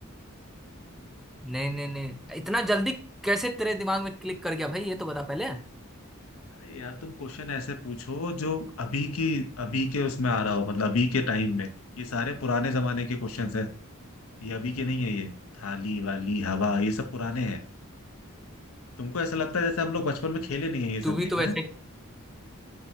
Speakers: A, in the centre; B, on the left.
A: नहीं नहीं नहीं इतना जल्दी कैसे तेरे दिमाग में क्लिक कर गया भाई ये तो बता पहले
B: अरे यार तुम क्वेश्चन ऐसे पूछो जो अभी की अभी के उसमें आ रहा हो मतलब अभी के टाइम में ये सारे पुराने जमाने के क्वेश्चंस हैं ये अभी के नहीं है ये थाली वाली हवा ये सब पुराने हैं तुमको ऐसा लगता है जैसे हम लोग बचपन में खेले नहीं है ये
A: तू
B: सब
A: भी
B: गेम
A: तो वैसे
B: है